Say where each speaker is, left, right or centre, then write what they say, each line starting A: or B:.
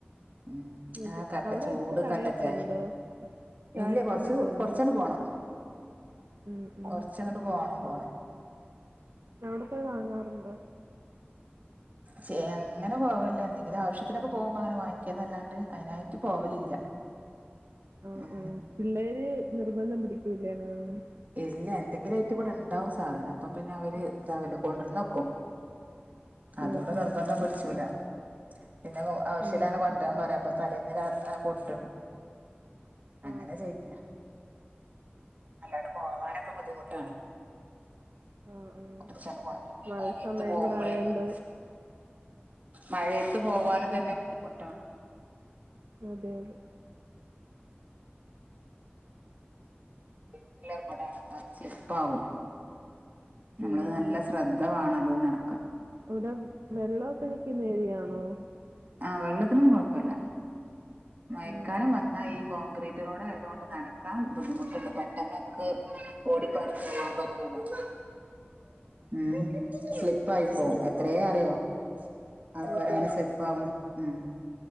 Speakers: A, on the right; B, on the right.
A: ഉം
B: അതെ
A: ആ കട്ട
B: അവിടെ
A: ചൂട്
B: അടുത്ത് കടയൊക്കെ
A: കട്ടൻചായേം
B: ഉണ്ടോ ചായക്കടയൊക്കെ
A: ഇല്ല്യ കൊറച്ചു
B: ഉണ്ടോ
A: കൊറച്ചാണ്ട് പോണം
B: ഉം ഉം
A: കൊറച്ചങ്ങട് പോണം പോണം
B: അവിട പോയി വാങ്ങാറുണ്ടോ
A: ചേ അങ്ങനെ പോവല്ല എന്തെങ്കിലും ആവശ്യത്തിനൊക്കെ പോവുമ്പോ അങ്ങനെ വാങ്ങിക്ക്യാന്നല്ലാണ്ട് അയിനായിട്ട് പോവലില്ല
B: ആ
A: ഉം
B: ആ പിള്ളേര് നിർബന്ധം പിടിക് കൂലേ അങ്ങനൊന്നും
A: ഇല്ല്യ എന്തെങ്കിലും ആയിറ്റിവിടെ ഇണ്ടാവും സാധനം അപ്പൊ പിന്നെ അവര് ഇതാവല്ലോ കൊണ്ടരോന്നോക്കും അതുകൊണ്ട്
B: ആഹ് ആഹ്.
A: നിർബന്ധം പിടിച്ചൂല പിന്നെ ഓ ആവശ്യലാനെ
B: ആണോ?
A: കൊണ്ടരാൻ പറയാ അപ്പൊ തലേന്ന് രാത് അനെ കൊണ്ട്രും അങ്ങനെ
B: ആഹ്
A: ചെയ്യില്ല
B: ആഹ്.
A: അല്ലാടും പോവാനൊക്കെ ബുദ്ധിമുട്ടാണ്
B: ആഹ് ആഹ്.
A: കുറച്ചാണ്ട് പോണം പിന്നെ
B: മഴ
A: മഴേത്ത്
B: സമയം
A: പോമ്പളേ
B: കൂടെ ആയോണ്ട്
A: ഉം മഴേത്ത് പോവാനും തന്നെ ബുദ്ധിമുട്ടാണ്
B: അതെയതെ
A: <unintelligible> അത് സ്ലിപ്പാവും ഞമ്മമ്മത്
B: ഉം
A: നല്ല
B: ഉം.
A: ശ്രദ്ധ വാണം ഒരു നട
B: അവിടെ വെള്ളൊക്കെ നിക്ക്ന്നേരിയാണോ
A: ആ വെള്ളത്തിനൊന്നും കൊഴപ്പല്ല മയക്കാലം
B: ഉം ഉം.
A: വന്നാ ഈ കോൺക്രീറ്റ് റോഡായതോണ്ട് നടക്കാൻ ബുദ്ധിമുട്ടുണ്ട് പെട്ടെന്ന് നമ്മക്ക് ഓടിപ്പാടി പോവാൻ പറ്റൂല ഉം സ്ലിപ്പായിപ്പോം
B: ഉം.
A: എത്രേ അറിയോ ആൾക്കാരങ്ങനെ
B: അതെ അതെ.
A: സ്ലിപ്പാവ്ണ് ഉം